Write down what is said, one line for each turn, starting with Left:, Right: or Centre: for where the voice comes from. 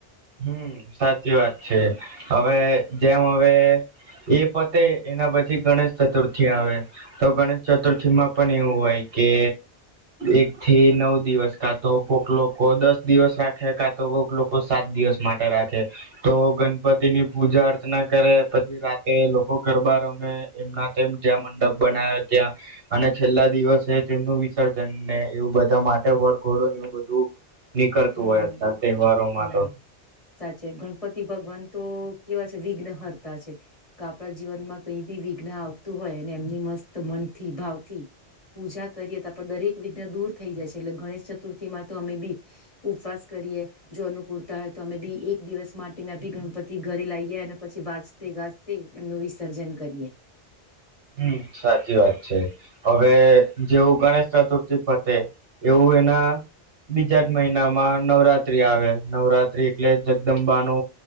Right: હમ્મ, સાચી વાત છે. હવે જેમ હવે ઈ પતે એના પછી ગણેશ ચતુર્થી આવે. તો ગણેશ ચતુર્થીમાં પણ એવું હોય કે એક થી નવ દિવસ, કા તો કોક લોકો દસ દિવસ રાખે, કા તો કોક લોકો સાત દિવસ માટે રાખે. તો ગણપતિ ની પૂજા અર્ચના કરે, પછી રાતે લોકો ગરબા રમે એમના તેમ જ્યાં મંડપ બના્યા ત્યાં, અને છેલ્લા દિવસે તેમનું વિસર્જન ને એવું બધા માટે વર ઘોડો ને એવું બધું નીકળતું
Left: હમ
Right: હોય અત્યાર તહેવારોમાં
Left: ના
Right: તો.
Left: સાચે. ગણપતિ ભગવાન તો કેવા છે વિઘ્ન હરતા છે, કે આપણા જીવનમાં કઈ બી વિઘ્ન આવતું હોય અને એમની મસ્ત મનથી ભાવથી પૂજા કરીએ તો આપડે દરેક વિઘ્ન દૂર થઈ જાય છે, એટલે ગણેશ ચતુર્થી માં તો અમે બી ઉપવાસ કરીએ, જો અનુકૂળતા હોય તો અમે બી એક દિવસ માટે મે બી ગણપતિ ઘરે લાઈએ અને પછી વાજતે ગાજતે એમનું વિસર્જન કરીએ.
Right: હમ્મ, સાચી વાત છે. હવે જેવું ગણેશ ચતુર્થી પતે, એવું એના બીજા જ મહિનામાં નવરાત્રી આવે. નવરાત્રી એટલે જગદંબા નો